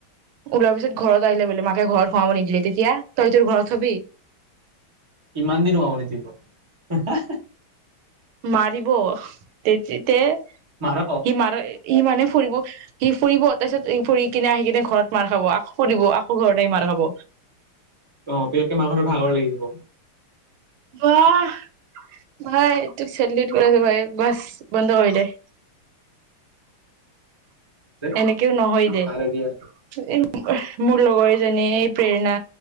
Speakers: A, on the right; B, on the right.
A: ওলোৱাৰ পিছত ঘৰত আহিলে বোলে । মাকে ঘৰত সোমাব নিদিলে, তেতিয়া? তই তোৰ ঘৰত থবি?
B: ইমান দিনো আৰু নেদিব? হাঁ- হাঁ- হাঁ।
A: মাৰিব তেতিতে। সি
B: মাৰ
A: মাৰ- সি মানে ফুৰিব সি ফুৰিব । তাৰপিছত সি ফুৰি কিনে আহি কিনে ঘৰত মাৰ খাব । আকৌ ফুৰিব, আকৌ ঘৰত আহি মাৰ খাব।
B: অ পিছকে মাহঁতৰ ভাগৰ লাগি যাব।
A: বাঁ, ভাই তোক চেল্যুট কৰি আছোঁ ভাই । বাছ, বন্ধ কৰি দে।
B: দে,
A: এনেকেও নহয়
B: কি
A: দে
B: পাৰগীয়া।
A: । মোৰ লগৰ এজনী এই প্ৰেৰণা,